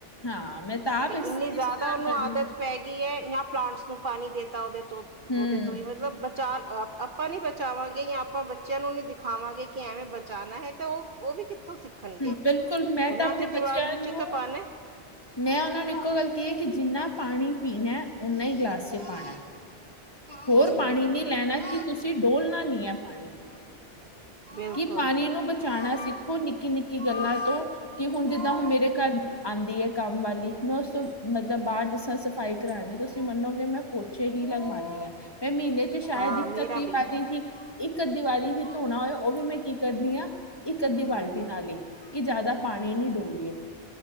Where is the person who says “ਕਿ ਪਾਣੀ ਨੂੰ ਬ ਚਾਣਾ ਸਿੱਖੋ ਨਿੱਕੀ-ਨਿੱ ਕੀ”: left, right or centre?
Left